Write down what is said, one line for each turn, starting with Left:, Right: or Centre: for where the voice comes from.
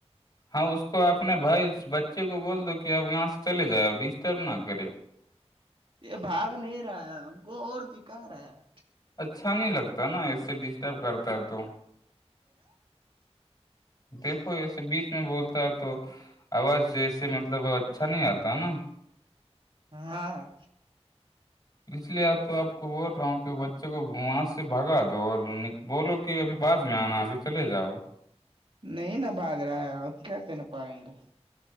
Left: ہاں اس کو اپنے بھائی بچے کو بول دو کہ اب یہاں سے چلے جائے ا ڈسٹرب نہ کرے
Right: یہ بھاگ نہیں رہا ہے ہم کو اور دکھا رہا ہے
Left: اچھا نہیں لگتا نا ایسے ڈسٹرب کرتا ہے تو دیکھو ایسے بیچ میں بولتا ہے تو آواز جیسے مطلب اچھا نہیں آتا نا
Right: ہاں ہاں
Left: اس لیے تو آپ کو بول رہا ہوں کہ بچے کو وہاں سے بھگا دو اور بولو کہ ابھی بعد میں آنا ہے ابھی چلے جاؤ
Right: نہیں ن بھاگ رہا ہے آپ کیا کر پائیں گے